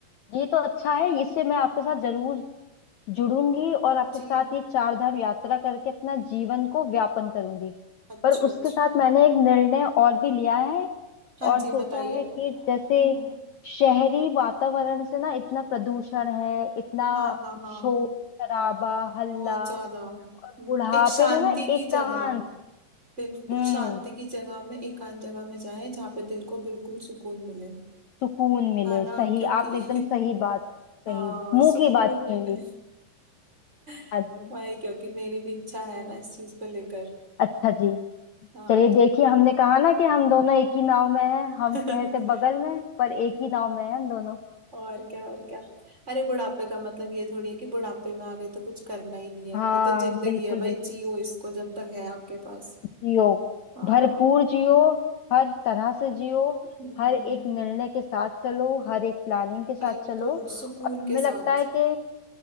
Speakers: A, on the left; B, on the right.
A: ये तो अच्छा है इससे मैं आपके साथ जरूर जुड़ूंगी और आपके
B: जी
A: साथ ये चार धाम यात्रा करके अपना जीवन को व्यापन करूंगी
B: अच्छा
A: पर
B: अच्छा
A: उसके साथ मैंने एक निर्णय और भी लिया है
B: हाँ
A: और
B: जी
A: सोचा
B: बताइए
A: है कि जैसे
B: हम्म,
A: शहरी वातावरण से ना इतना प्रदूषण है इतना
B: हाँ हाँ हाँ
A: शोर शराबा हल्ला
B: बहुत ज्यादा हम्म,
A: और बुढ़ापे
B: एक शांति
A: में ना
B: की
A: एकांत
B: जगह बिल्कुल
A: हम्म
B: शांति की जगह में एकांत जगह में जाए जहाँ पे दिल को बिल्कुल सुकून मिले
A: सुकून मिले
B: है ना
A: सही
B: क्योंकि
A: आपने
B: <laughs>
A: एकदम सही बात कही
B: आ,
A: मुंह
B: सुकून
A: की बात छीन
B: मिले
A: ली
B: <laughs>
A: हाँ जी
B: वही क्योंकि मेरी भी इच्छा है ना इस चीज को लेकर
A: अच्छा जी
B: हाँ
A: चलिए
B: तो
A: देखिए हमने कहा ना कि हम दोनों एक ही नाव में हैं हम
B: <laughs>
A: कह रहे थे बगल में पर एक ही नाव में हैं हम दोनों
B: और क्या और क्या अरे बुढ़ापे का मतलब ये थोड़ी है कि बुढ़ापे में आ गए तो कुछ करना ही नहीं है
A: हाँ
B: ये तो जिंदगी
A: बिल्कुल
B: है भाई
A: बिल्कुल
B: जियो इसको जब तक है आपके पास
A: जियो
B: हाँ
A: भरपूर जियो हर तरह से जियो
B: हम्म,
A: हर एक निर्णय के साथ चलो हर एक प्लानिंग के साथ
B: बिल्कुल
A: चलो और
B: सुकून के
A: हमें लगता
B: साथ
A: है कि